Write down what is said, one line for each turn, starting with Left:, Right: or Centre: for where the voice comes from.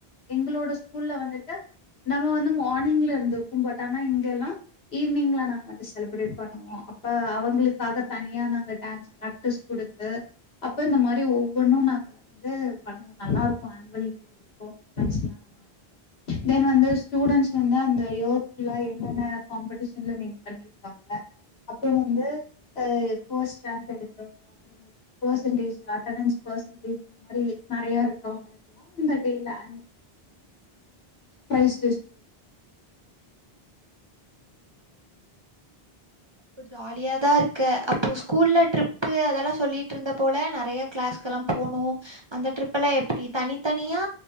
Left: எங்களோட ஸ்கூல்ல வந்துட்டு நம்ம வந்து மார்னிங்ல இருந்துருக்கு பட் ஆனா இங்கெல்லா ஈவ்னிங்ல நாங்க வந்து செல் அந்த மாரி பண்ணுவோ அப்ப அவங்களுக்காக தனியா நாங்க டான்ஸ் பிராக்டிஸ் கொடுத்து அப்ப இந்த மாரி ஒவ்வொன்னு நாங்க வந்து பண்ணுவோ நல்லா இருக்கு ஆன்வல் டே <unintelligible> தென் வந்து ஸ்டூடன்ட்ஸ் வந்து அந்த இயர் ஃபுல்லா என்னென்ன காம்படிஷன்ல வின் பண்ணிரு க்காங்க அப்றோ வந்து ஃபர்ஸ்ட் ரேங்க் எடுத்தவங்க பர்சன்டேஸ் அட்டனஸ் பர்சன்டேஸ் இந்த மாரி நிறைய இருக்கு அவங்களுக்கு அந்த டைல பிரைஸ் திஸ்
Right: இப்ப ஜாலியா தா இருக்க அப்போ ஸ்கூல்ல ட்ரிப்பு அதெல்லா சொல்லிட்டு இருந்தப் போல நிறைய கிளாஸ்க்கல்லா போனு அந்த ட்ரிப்பல்லா எப்டி தனித்தனியா